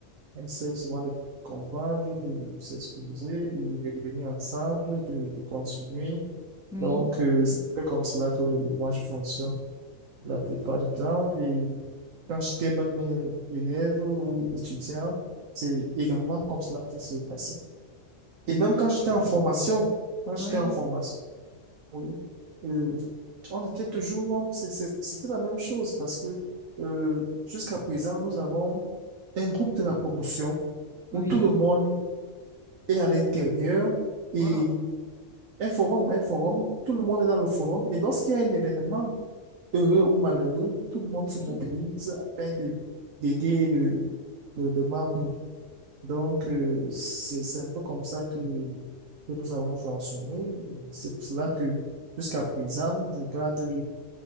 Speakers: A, on the right; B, in the centre.
A: On essaie souvent de comprendre, de s'excuser, et de revenir ensemble, de, de continuer.
B: Oui.
A: Donc, euh, c'est un peu comme cela que moi je fonctionne. la plupart du temps. Et quand j'étais même euh, élève ou étudiant, c'est également comme cela que ça se passait. Et même quand j'étais en formation, quand j'étais
B: Oui.
A: en formation, oui, euh, on était toujours, on- c'est- c'est- c'était la même chose parce que euh, jusqu'à présent, nous avons un groupe de la promotion
B: Oui.
A: où tout le monde est à l'intérieur et
B: Wow.
A: un forum, un forum, tout le monde est dans le forum. Et lorsqu'il y a un événement, heureux ou malheureux, tout le monde se
B: Oui.
A: mobilise afin de d'aider le, le, le membre. Donc, euh, c'est c'est un peu comme ça que, que nous avons fonctionné. C'est pour cela que jusqu'à présent, je garde